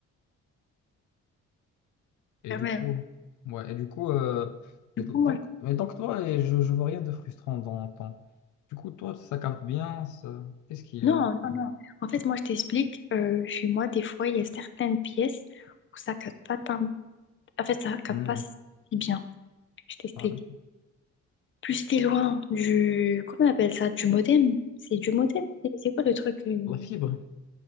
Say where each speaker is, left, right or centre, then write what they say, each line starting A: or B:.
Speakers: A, on the left; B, on the left.
A: Et
B: quand
A: du
B: même.
A: coup... Ouais, et du coup... euh, et
B: Du
A: do-
B: coup,
A: donc,
B: moi...
A: et donc, toi, et je, je vois rien de frustrant dans ton... Du coup, toi, ça capte bien. ça- Qu'est-ce qu'il
B: Non,
A: y a?
B: non, non. En fait, moi, je t'explique. euh, chez moi, des fois, il y a certaines pièces où ça capte pas tant... En fait, ça capte
A: Hmm,
B: pas si bien. Je t'explique.
A: voilà.
B: Plus t'es loin du... Comment on appelle ça? Du modem? C'est du modem? C'est c'est quoi le truc? euh,
A: La fibre.